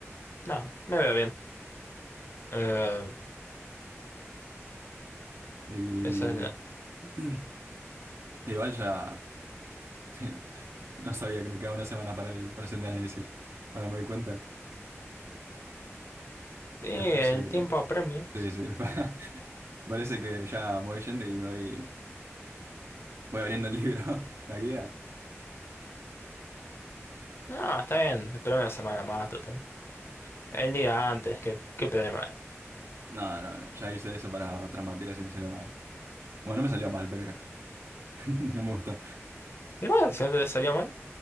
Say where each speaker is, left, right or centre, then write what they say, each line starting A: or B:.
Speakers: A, on the left; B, on the right.
A: nada, me veo bien. Eh,
B: Y
A: Esa es la...
B: <clears throat> igual ya <laughs> no sabía que me quedaba una semana para el, para el siguiente análisis. Ahora me doy cuenta.
A: Y
B: Me parece,
A: el tiempo apremia.
B: sí, sí, <laughs> me parece que ya me voy yendo y voy, voy abriendo el libro, <laughs> la guía.
A: No, está bien, espera una semana más, total. El día antes, qué, qué problema hay.
B: No, no, no, ya hice eso para otras materias y me salió mal. Bueno, no me salió mal, pero <laughs> no me gustó.
A: Igual, si no te salió mal.